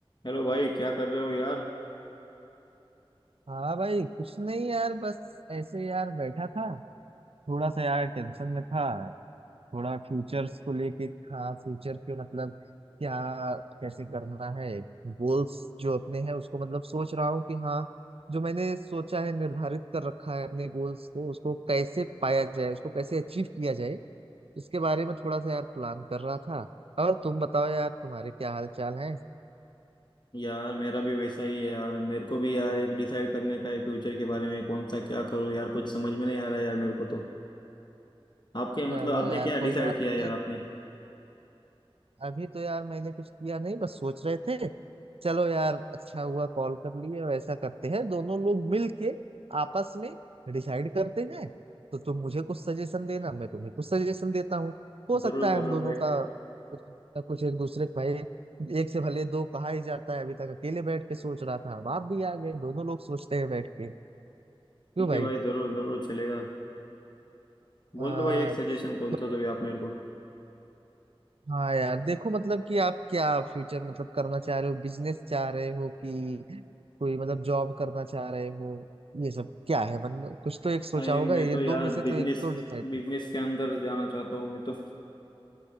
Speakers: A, on the left; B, on the right.
A: Hello भाई क्या कर रहे हो यार
B: हाँ भाई कुछ नहीं यार बस ऐसे यार बैठा था थोड़ा सा यार टेंशन में था थोड़ा फ्यूचर्स को लेके हाँ फ्यूचर के मतलब क्या कैसे करना है गोल्स जो अपने हैं उसको मतलब सोच रहा हूँ कि हाँ जो मैंने सोचा है निर्धारित कर रखा है अपने गोल्स को उसको कैसे पाया जाए उसको कैसे अचीव किया जाए इसके बारे में थोड़ा सा यार प्लान कर रहा था और तुम बताओ यार तुम्हारे क्या हाल चाल है
A: यार मेरा भी वैसा ही है यार मेरे को भी यार एक डिसाइड करने का है फ्यूचर के बारे में कौन सा क्या करूँ यार कुछ समझ में नहीं आ रहा है यार मेरे को तो आपके
B: चलो
A: मतलब आपने
B: यार
A: क्या डिसाइड
B: कोई बात
A: किया है यार
B: नहीं
A: आपने
B: अभी तो यार मैंने कुछ किया नहीं बस सोच रहे थे चलो यार अच्छा हुआ कॉल कर लिए वैसा करते हैं दोनों लोग मिल के आपस में डिसाइड करते हैं तो तुम मुझे कुछ सजेशन देना मैं तुम्हें कुछ सजेशन देता हूँ हो सकता
A: जरूर
B: है
A: जरूर
B: हम दोनों
A: भाई
B: का कुछ ना कुछ एक दूसरे का एक से भले दो कहा ही जाता है अभी तक अकेले बैठ के सोच रहा था अब आप भी आ गए दोनों लोग सोचते हैं बैठ के क्यों
A: ठीक
B: भाई
A: है भाई जरूर जरूर चलेगा बोल
B: आ,
A: दो भाई एक सजेशन कौन
B: तो
A: सा तो भी आप मेरे को
B: हाँ यार देखो मतलब कि आप क्या फ्यूचर मतलब करना चाह रहे हो बिजनेस चाह रहे हो कि कोई मतलब जॉब करना चाह रहे हो ये सब क्या है मतलब कुछ तो एक सोचा
A: अरे
B: होगा
A: मैं
B: ये
A: तो
B: दो
A: यार
B: में से तो
A: बिजनेस
B: एक तो डिसाइड
A: बिजनेस के अंदर जाना चाहता हूँ मैं तो